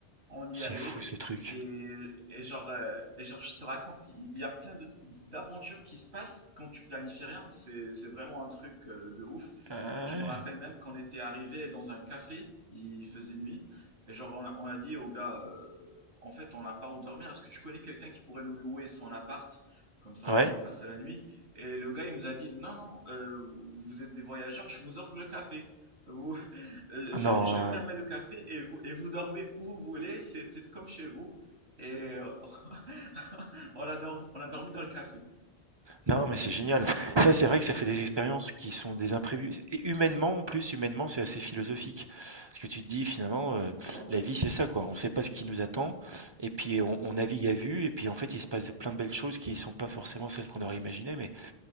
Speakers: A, on the right (about 85°); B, on the right (about 35°).
A: on y
B: c'est
A: allait.
B: fou ce truc.
A: Et, et genre, euh, et genre, je te raconte, il il y a plein de- d'aventures qui se passent quand tu planifies rien. C'est, c'est vraiment un truc euh, de ouf.
B: Ouais.
A: Je me rappelle même qu'on était arrivé dans un café, il faisait nuit, et genre, on a, on a dit au gars, euh, en fait, on n'a pas où dormir. Est-ce que tu connais quelqu'un qui pourrait nous louer son appart? Comme ça,
B: Ouais.
A: on pourra passer la nuit. Et le gars, il nous a dit, non, non, euh, vous êtes des voyageurs, je vous offre le café. Vous, euh, je,
B: Non.
A: je vais fermer
B: ouais.
A: le café et vous, et vous dormez où vous voulez, c'est faites comme chez vous. Et euh, <laughs> on a, dor- on a dormi dans le café.
B: Non, mais c'est génial. Ça, c'est vrai que ça fait des expériences qui sont des imprévus. Et humainement, en plus, humainement, c'est assez philosophique. Parce que tu te dis, finalement, euh,
A: Ouais, ouais,
B: la vie, c'est ça, quoi. On ne sait pas ce qui nous attend. Et puis, on, on navigue à vue. Et puis, en fait, il se passe plein de belles choses qui ne sont pas forcément celles qu'on aurait imaginées. Mais